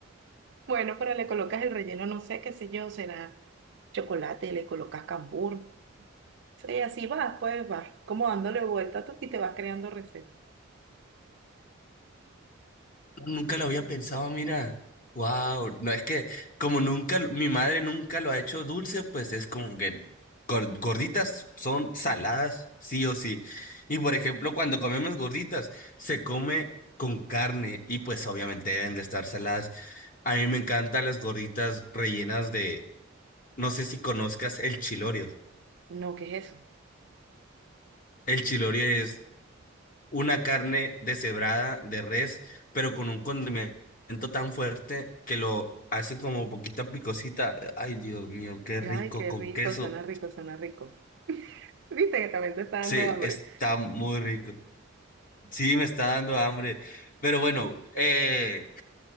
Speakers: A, on the right; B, on the left.
A: Bueno, pero le colocas el relleno, no sé, qué sé yo, será chocolate, le colocas cambur. Sí, así vas, pues vas como dándole vuelta tú y te vas creando recetas.
B: Nunca lo había pensado, mira. Wow, no es que como nunca, lo- mi madre nunca lo ha hecho dulce, pues es como que gor- gorditas son saladas, sí o sí. Y por ejemplo, cuando comemos gorditas, se come con carne y pues obviamente deben de estar saladas. A mí me encantan las gorditas rellenas de, no sé si conozcas el chilorio.
A: No, ¿qué es eso?
B: El chilorio es una carne deshebrada de res, pero con un condimento tan fuerte que lo hace como poquita picosita. Ay, Dios mío, qué rico
A: Ay, qué
B: con
A: rico,
B: queso.
A: suena rico, suena rico. Viste que también te está dando
B: Sí,
A: hambre.
B: está muy rico. Sí, me está dando hambre. Pero bueno, eh,